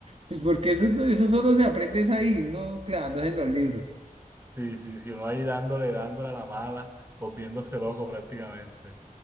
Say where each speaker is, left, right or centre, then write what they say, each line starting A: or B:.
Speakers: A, on the right; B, on the right.
A: pues porque eso, eso solo se aprende es ahí, uno clavándose en los libros.
B: Sí, sí, sí, uno ahí dándole, dándole a la mala, volviéndose loco prácticamente.